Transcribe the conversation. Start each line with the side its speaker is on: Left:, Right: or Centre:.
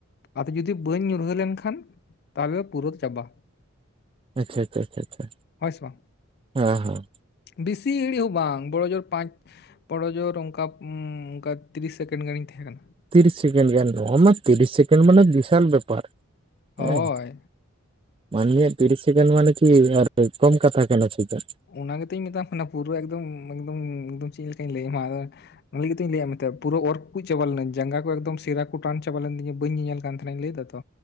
Left: ᱟᱫᱚ ᱡᱩᱫᱤ ᱵᱟᱹᱧ ᱧᱩᱨᱦᱟᱹ ᱞᱮᱱᱠᱷᱟᱱ ᱛᱟᱦᱚᱞᱮ ᱯᱩᱨᱟᱹ ᱪᱟᱵᱟ
Right: ᱟᱪᱪᱷᱟ ᱟᱪᱪᱷᱟ ᱟᱪᱪᱷᱟ
Left: ᱦᱳᱭ ᱥᱮ ᱵᱟᱝ
Right: ᱦᱟ ᱦᱟᱸ
Left: ᱵᱮᱥᱤ ᱜᱷᱟᱹᱲᱤᱡ ᱦᱚᱸ ᱵᱟᱝ, ᱵᱚᱲᱚ ᱡᱳᱨ ᱯᱟᱸᱪ ᱵᱚᱲᱚ ᱡᱳᱨ ᱚᱱᱠᱟ ᱚᱱᱠᱟ ᱛᱤᱨᱤᱥ ᱥᱮᱠᱮᱱᱰ ᱜᱟᱱᱤᱧ ᱛᱟᱦᱮᱸ ᱠᱟᱱᱟ᱾
Right: ᱛᱤᱨᱤᱥ ᱥᱮᱠᱮᱱᱰ ᱜᱟᱱ ᱚᱱᱟ ᱛᱤᱨᱤᱥ ᱥᱮᱠᱮᱱᱰ ᱢᱟᱱᱮ ᱵᱤᱥᱟᱞ ᱵᱮᱯᱟᱨ
Left: ᱦᱳᱭ
Right: ᱦᱮᱸ᱾ ᱢᱟᱹᱱᱢᱤᱭᱟᱜ ᱛᱤᱨᱤᱥ ᱥᱮᱠᱮᱱᱰ ᱢᱟᱱᱮ ᱠᱤ ᱟᱨ ᱠᱚᱢ ᱠᱟᱛᱷᱟ ᱠᱟᱱᱟ ᱪᱮᱛᱟ᱾
Left: ᱚᱱᱟ ᱜᱮᱛᱚᱧ ᱢᱮᱛᱟᱢ ᱠᱟᱱᱟ ᱯᱩᱨᱟᱹ ᱮᱠᱫᱚᱢ ᱮᱠᱫᱚᱢ ᱪᱮᱫ ᱞᱮᱠᱟᱧ ᱞᱟᱹᱭ ᱟᱢᱟ ᱟᱫᱚ ᱚᱱᱟ ᱞᱟᱹᱜᱤᱫ ᱜᱮᱛᱩᱧ ᱞᱟᱹᱭᱟᱫ ᱢᱮᱛᱮ ᱯᱩᱨᱟᱹ ᱚᱨ ᱠᱩᱠᱩᱡ ᱪᱟᱵᱟ ᱞᱮᱱᱟᱧ ᱡᱟᱸᱜᱟ ᱠᱚ ᱮᱠᱫᱟᱢ ᱥᱮᱨᱟ ᱠᱚ ᱴᱟᱱ ᱪᱟᱵᱟ ᱞᱮᱱ ᱛᱤᱧᱟ ᱵᱟᱹ ᱧᱮᱧᱮᱞ ᱠᱟᱱ ᱛᱟᱦᱮᱸ᱾ ᱡᱟᱦᱟᱸ ᱱᱟᱜ ᱤᱧ ᱞᱟᱹᱭ ᱫᱟᱛᱚ,